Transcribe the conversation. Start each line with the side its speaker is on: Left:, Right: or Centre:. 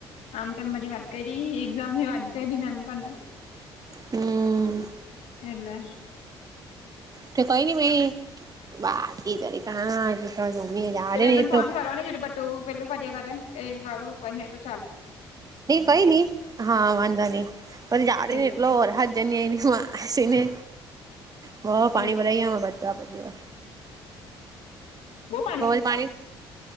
Left: આમ તો વાત કરી એક્ઝામની વાત કરી ને એમ કરી,
Right: હમ.
Left: એને,
Right: કઈ પછી વાત કરી. જમી
Left: મે
Right: જાડે ને
Left: તો
Right: એટ
Left: ફોન કરવા જે પર તું પેલું કહે ચાલો,
Right: કઈ નહિ હા વાંધો નહી પછી પડે
Left: એટલે
Right: એટલો, જ હું હસીને બહ પાણી
Left: એજ
Right: ભરાઈ બધે બંધ.
Left: <unintelligible>
Right: પાણી,